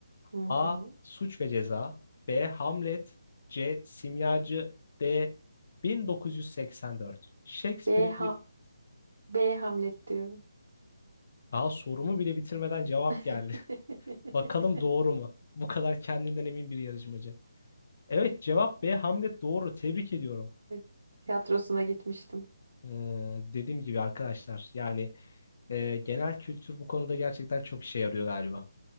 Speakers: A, on the right; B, on the left.
A: hı
B: A.
A: hı.
B: Suç ve Ceza B. Hamlet C. Simyacı D. 1984 Shakespeare'in
A: B, ha
B: bir...
A: B Hamlet diyorum.
B: Daha sorumu bile bitirmeden cevap
A: <laughs>
B: geldi. <laughs> Bakalım doğru mu? Bu kadar kendinden emin bir yarışmacı. Evet cevap B. Hamlet doğru. Tebrik ediyorum.
A: Evet, tiyatrosuna gitmiştim.
B: Hmm, dediğim gibi arkadaşlar yani e, genel kültür bu konuda gerçekten çok işe yarıyor galiba.